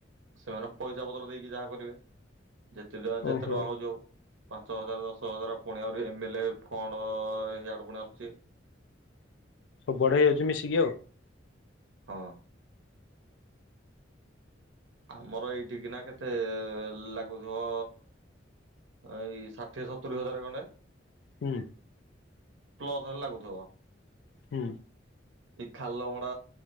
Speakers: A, on the right; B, on the left.
A: ସେମାନେ ପଇସା ପତ୍ର ଦେଇକି ଯାହା କରିବେ ଯେତେ ଟ ଯେତେ
B: ଓହୋ
A: ଟଙ୍କା ହଉଛ ହଉ। ପାଞ୍ଚ ହଜାର ଦଶ ହଜାର ପୁଣି ଆଉରି ଏମ ଏଲ ଏ ଫଣ୍ଡ ଇଆଡୁ ପୁଣି ଆସୁଛି।
B: ସବୁ ବଡ ହେଇଯାଉଛି ମିଶିକି ଆଉ
A: ହଁ ଆମର ଏଇଠିକିନା କେତେ ଲାଗୁଥିବ ଏଇ ଷାଠିଏ ସତୁରି ହଜାର ଖଣ୍ଡେ
B: ହୁଁ
A: ପ୍ଲସ ରେ ଲାଗୁଥିବ।
B: ହୁଁ
A: ଏ ଖାଲମଡା